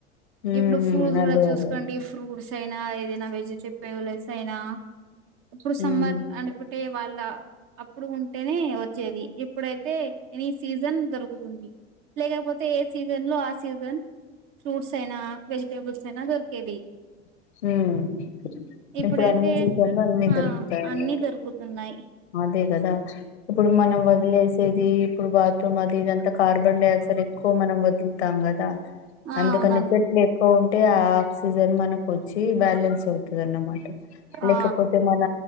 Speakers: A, on the left; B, on the right.
A: ఉమ్
B: ఇప్పుడు ఫ్రూట్స్
A: అదే
B: కూడా చూసుకోండి
A: అదే
B: ఫ్రూట్స్ అదైనా ఎదైనా వెజిటేబుల్స్ అయినా ఇప్పుడు సమ్మర్
A: ఉమ్
B: అంటే అంటే వాళ్ళ అప్పుడు ఉంటేనే వచ్చేది ఇప్పుడైతే ఎనీ సీజన్ దొరుకుతుంది లేకపోతే ఏ సీజన్లో ఆ సీజన్ ఫ్రూట్స్ అయినా వెజిటేబుల్స్ అయినా దొర్కేది
A: హ్మ్
B: ఇప్పుడైతే
A: ఇప్పుడు అన్ని సీజన్లో అన్ని దొరుకుతాయిన్నట్టు
B: ఆ అన్ని దొరుకుతున్నాయి
A: అదే కదా ఇప్పుడు మనం వదిలేసేది ఇప్పుడు బాత్రూమ్ అది ఇదంతా కార్బన్ డైఆక్సైడ్ ఎక్కువ మనం వదులుతాం కదా
B: ఆ
A: అందుకని
B: అవునండి
A: చెట్లు ఎక్కువ ఉంటే ఆ ఆక్సిజన్ మనకొచ్చి బ్యాలెన్స్ అవుతదనమాట లేకపోతే
B: ఆ
A: మన